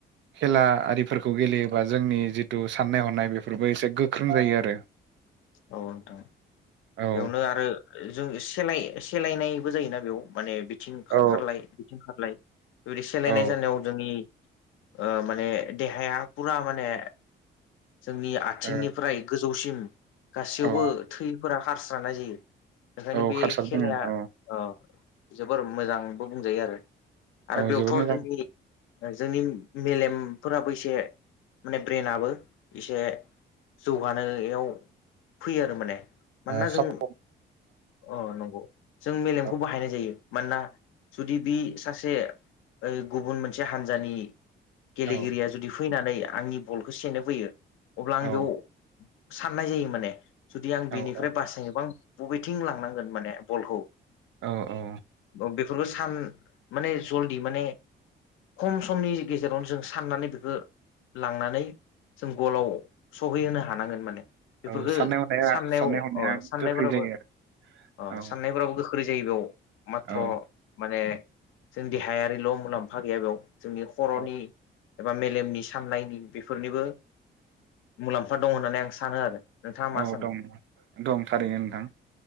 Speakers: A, on the right; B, on the left.
A: खेला आरिफोरखौ गेलेयोबा जोंनि जिथु साननाय हनाय बेफोरबो एसे गोख्रों जायो आरो।
B: औ नोंथां
A: औ
B: बेयावनो आरो जों सेलाय सेलायनायबो जायोना बेयाव माने बिथिं
A: औ
B: खारलाय बिथिं खारलाय बेबायदि सोलायनाय
A: औ
B: जानायाव जोंनि ओ माने देहाया पुरा माने जोंनि आथिंनिफ्राय
A: औ
B: गोजौसिम गासैयावबो
A: औ
B: थैफोरा खारस्रानाय जायो, ओंखायनो
A: औ
B: बे
A: खारसार
B: खेलाया
A: दोङो औ
B: अ जोबोर मोजांबो बुंजायो आरो। आरो
A: औ
B: बेयावथ'
A: जोबोद मोजां
B: जोंनि जोंनि मेलेमफोराबो एसे माने ब्रेनाबो एसे जौगानायाव फैयो आरो माने, मानोना
A: ओ
B: जों
A: खाबु
B: अ नंगौ जों मेलेमखौ
A: औ
B: बाहायनाय जायो। मानोना जुदि बि सासे ओ गुबुन मोनसे हानजानि गेलेगिरिया
A: औ
B: जुदि फैनानै आंनि बलखौ सेनो फैयो अब्ला
A: औ
B: आं बेयाव साननाय जायो माने जुदि आं
A: औ
B: बिनिफ्राय बासायनोबा बबेथिं लांनांगोन माने बलखौ
A: औ औ
B: अ बेफोरखौ सान माने जलदि माने खम समनि गेजेरावनो जों साननानै बेखौ लांनानै जों गलाव सहैहोनो हानांगोन माने बेफोरफोरखौ
A: औ साननाय हनाया
B: साननायाव
A: साननाय हनाया
B: अ साननायफोराबो
A: गोख्रै जायो आरो
B: अ साननायफोराबो गो ख्रै जायो बेयाव माथ्र'
A: औ
B: माने जों देहायारिल' मुलाम्फा गैया बेयाव जोंनि खर'नि
A: औ
B: एबा मेलेमनि सान्नायनि बेफोरनिबो मुलाम्फा दं होननानै आं सानो आरो नोंथाङा मा
A: औ
B: सानो
A: दं, दं थारैनो नोंथां